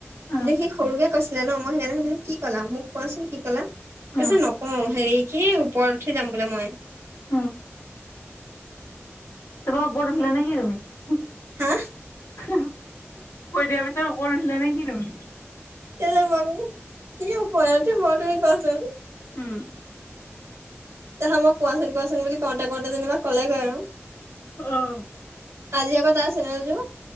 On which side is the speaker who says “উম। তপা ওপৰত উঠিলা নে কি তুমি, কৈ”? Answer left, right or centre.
Left